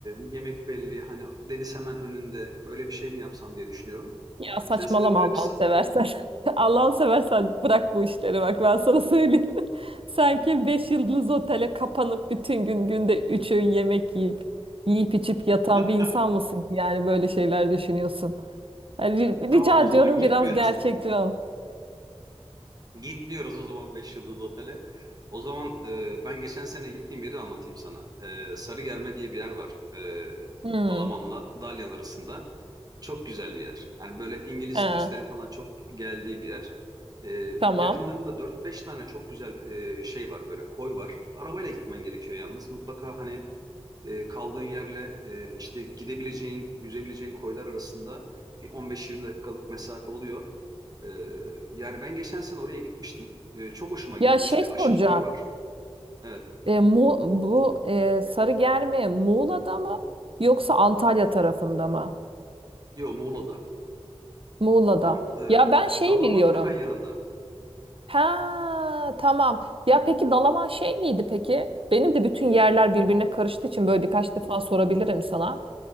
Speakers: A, on the right (about 40°); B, on the right (about 60°).
A: yemek belli hani deniz hemen önünde böyle bir şey mi yapsam diye düşünüyorum.
B: Ya saçmalama
A: Geçen sene böyle
B: Allah'ını
A: bir sa-
B: seversen. <laughs> Allah'ını seversen bırak bu işleri bak ben sana söyleyeyim. <laughs> Sanki 5 yıldız otele kapanıp bütün gün günde 3 öğün yemek yiyip yiyip içip yatan
A: <laughs>
B: bir insan mısın ki yani böyle şeyler düşünüyorsun. Yani ri-
A: tamam
B: rica
A: o
B: ediyorum
A: zaman gitmiyoruz
B: biraz gerçekçi ol.
A: Gitmiyoruz o zaman 5 yıldızlı otele. O zaman e, ben geçen sene gittiğim yeri anlatayım sana. E, Sarıgerme diye bir yer var. E,
B: Hmm,
A: Dalaman'la Dalyan arasında. Çok güzel bir yer. Yani böyle İngiliz
B: he,
A: turistlerin falan çok geldiği bir yer. E,
B: tamam.
A: yakınlarında dört beş tane çok güzel e, şey var böyle koy var. Arabayla gitmen gerekiyor yalnız. Mutlaka hani e, kaldığın yerle e, işte gidebileceğin, yüzebileceğin koylar arasında bir 15-20 dakikalık mesafe oluyor. E, yani ben geçen sene oraya gitmiştim. E, çok hoşuma gitmişti.
B: Ya şey soracağım.
A: Aşı koyu var. Evet.
B: E, Mu bu e, sarı germe Muğla'da mı yoksa Antalya tarafında mı?
A: Yo, Muğla'da.
B: Muğla'da.
A: Tam e,
B: Ya ben şeyi
A: Dalaman'ın
B: biliyorum.
A: hemen yanında.
B: Ha tamam. Ya peki Dalaman şey miydi peki? Benim de bütün yerler birbirine karıştığı için böyle birkaç defa sorabilirim sana.